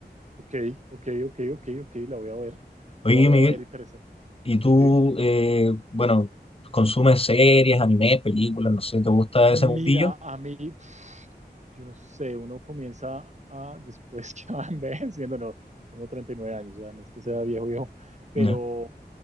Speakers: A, on the right; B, on the left.
A: Ok, ok, ok, ok, ok, la voy a ver.
B: Oye,
A: Lo voy
B: Miguel.
A: a ver, interesante.
B: Y tú,
A: Sí.
B: eh, bueno, consumes series, animes, películas, no sé, ¿te gusta
A: Mira,
B: ese mundillo?
A: a mí, yo no sé, uno comienza a, después <laughs> que va envejeciendo, no, tengo 39 años, o sea, no es que sea viejo, viejo, pero
B: Ya.